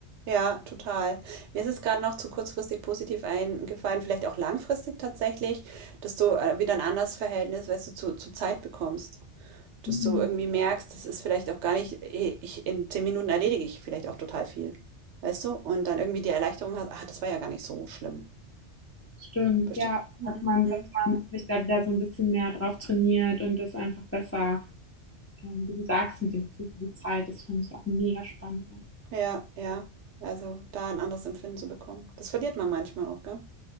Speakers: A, on the right; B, on the left.
A: Ja, total. Mir ist es gerade noch zu kurzfristig positiv eingefallen, vielleicht auch langfristig tatsächlich, dass du äh, wieder ein anderes Verhältnis, weißt du, zu, zu Zeit bekommst. Dass
B: Mhm.
A: du irgendwie merkst, das ist vielleicht auch gar nicht, eh, ich, in zehn Minuten erledige ich vielleicht auch total viel. Weißt du? Und dann irgendwie die Erleichterung hast, ach, das war ja gar nicht so schlimm.
B: Stimmt,
A: Verstehst
B: ja,
A: du?
B: dass
A: Mhm.
B: man
A: Mhm.
B: dass man sich da wieder so ein bisschen mehr drauf trainiert und das einfach besser, ähm, wie du sagst, mit dem Gefühl für die Zeit, das finde ich auch mega spannend.
A: Ja, ja. Also da ein anderes Empfinden zu bekommen. Das verliert man manchmal auch, gell?